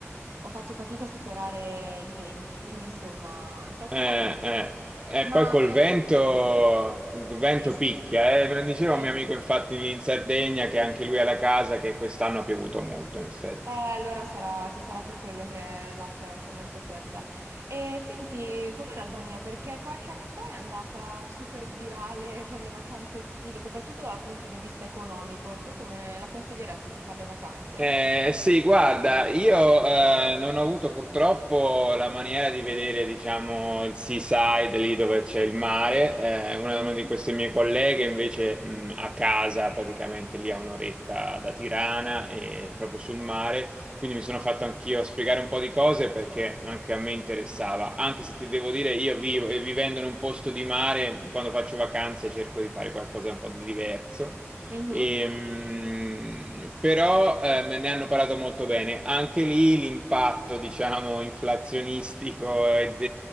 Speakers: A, on the right (about 75°); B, on the right (about 20°).
A: ho fatto fatica a superare i 20, quindi insomma è stato
B: Eh,
A: un po' così.
B: eh, E
A: Ma
B: poi col
A: eh,
B: vento,
A: senti,
B: il vento
A: sì, sì,
B: picchia, eh. Me lo diceva
A: sì. Eh,
B: un mio amico infatti lì in Sardegna che anche lui ha la casa che quest'anno ha piovuto molto, in effetti.
A: eh, allora sarà, sì, sarà per quello che l'acqua era anche molto fredda. E senti, com'è l'Albania? Perché qualche anno fa è andata super virale per le vacanze estive, soprattutto dal punto di vista economico. Tu come la consiglieresti per fare le vacanze?
B: Eh, sì, guarda, io eh, non ho avuto purtroppo la maniera di vedere, diciamo, il seaside lì dove c'è il mare. Eh, una
A: Mhm.
B: una di queste mie colleghe invece mh, a casa, praticamente lì a un'oretta da Tirana e proprio sul mare. Quindi mi sono fatto anch'io spiegare un po' di cose perché anche a me interessava. Anche se ti devo dire, io vivo, vivendo in un posto di mare, quando faccio vacanze cerco di fare qualcosa un po' di diverso.
A: Mhm.
B: Ehm, però ehm, ne hanno parlato molto bene. Anche lì l'impatto, diciamo, inflazionistico ed, ed-